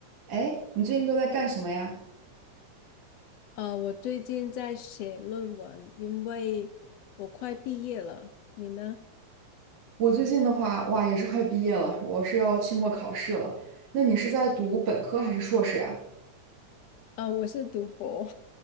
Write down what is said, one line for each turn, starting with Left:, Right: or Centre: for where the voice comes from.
Right: 哎，你最近都在干什么呀？
Left: 呃，我最近在写论文，因为我快毕业了。你呢？
Right: 我最近的话，哇，也是快毕业了，我是要期末考试了。那你是在读本科还是硕士呀？
Left: 啊、我是读博。